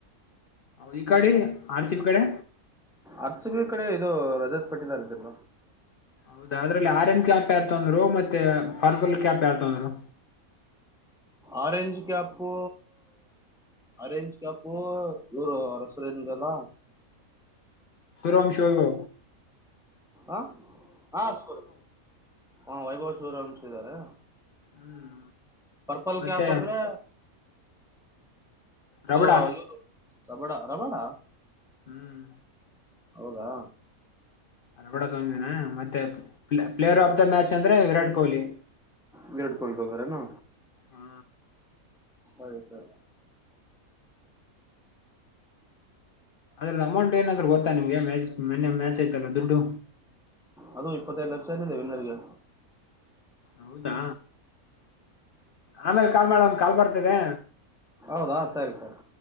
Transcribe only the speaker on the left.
ಹೌದ ಈ ಕಡೆ ಆರ್ ಸಿ ಬಿ ಕಡೆ
ಹೌದದ್ರಲ್ಲಿ ಆರೆಂಜ್ ಕ್ಯಾಪ್ ಯಾರ್ತಂದ್ರು ಮತ್ತೆ ಪರ್ಪಲ್ ಕ್ಯಾಪ್ ಯಾರ್ತಂದ್ರು?
ತಿರುವಂಶಿ ಅವ್ರಿಗೂ
ಹ್ಮ್
ಮತ್ತೆ
ರಬಡ
ಹ್ಮ್
<unintelligible> ಮತ್ತೆ ಪ್ಲೇಯರ್ ಆಫ್ ದ ಮ್ಯಾಚ್ ಅಂದ್ರೆ ವಿರಾಟ್ ಕೊಹ್ಲಿ.
ಹಾ
ಅದ್ರಲ್ ಅಮೌಂಟ್ ಏನಾದ್ರೂ ಗೊತ್ತಾ ನಿಮ್ಗೆ ಮ್ಯಾಚ್ ಮೊನ್ನೆ ಮ್ಯಾಚ್ ಆಯ್ತಲ್ಲ ದುಡ್ಡು?
ಹೌದಾ ಆಮೇಲ್ ಕಾಲ್ ಮಾಡ್ಲ ಒಂದ್ ಕಾಲ್ ಬರ್ತಿದೆ?